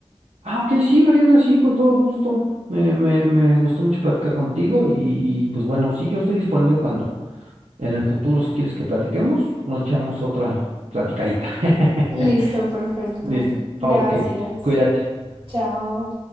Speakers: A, on the right; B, on the right.
A: Ah, ok, sí, Mariana, sí, con todo gusto. Me, me, me gustó mucho platicar contigo y, y pues bueno, sí, yo estoy disponible cuando en el futuro, si quieres que platiquemos, nos echamos otra platicadita. <laughs>
B: Listo, perfecto.
A: Listo,
B: Gracias.
A: ok, cuídate.
B: Chao.